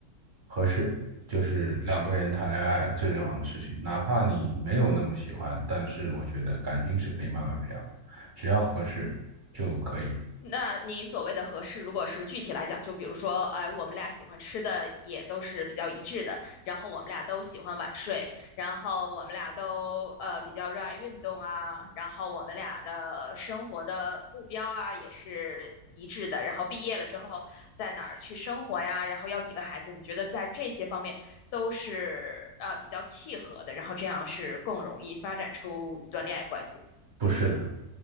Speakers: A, on the right (about 45°); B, on the left (about 80°).
A: 合适就是两个人谈恋爱最重要的事情。哪怕你没有那么喜欢，但是我觉得感情是可以慢慢培养的，只要合适就可以。
B: 那你所谓的合适，如果是具体来讲，就比如说，哎，我们俩喜欢吃的也都是比较一致的，然后我们俩都喜欢晚睡，然后我们俩都呃比较热爱运动啊，然后我们俩的生活的目标啊也是一致的，然后毕业了之后在哪儿去生活呀，然后要几个孩子，你觉得在这些方面都是呃比较契合的，然后这样是更容易发展出一段恋爱关系。
A: 不是的，